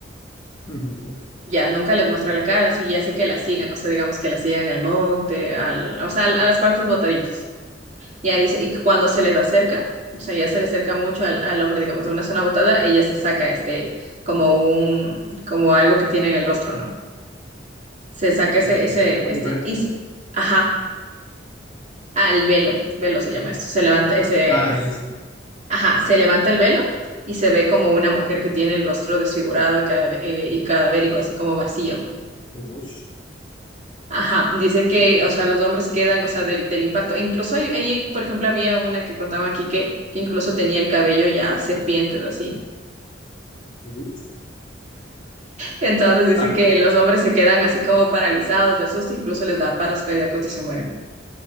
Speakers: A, on the left; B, on the right.
A: ujú,
B: Ya, nunca les muestra la cara, sí, ya sé que la sigan, o sea, digamos que la sigan al monte, al, o sea, al- a las partes botaditas. Ya dice, y cuando se les acerca, o sea, ya se le acerca mucho al, al hombre, digamos, de una zona botada, ella se saca este, como un, como algo que tiene en el rostro, ¿no? Se saca
A: ok,
B: ese, ese,
A: como
B: este,
A: si fuera...
B: y, s- ajá, ah, el velo, velo se llama esto, se levanta ese,
A: Ah, eso
B: ajá, se levanta el velo y se ve como una mujer que tiene el rostro desfigurado y, cada, y cadavérico, así como vacío.
A: Ush,
B: Ajá, dice que, o sea, los hombres quedan, o sea, del, del impacto. E Incluso ahí, ahí, por ejemplo, había una que contaba aquí que, que incluso tenía el cabello ya serpientes, así.
A: uy,
B: Entonces dice
A: ta.
B: que los hombres se quedan así como paralizados del susto, incluso les da paros cardíacos y se mueren.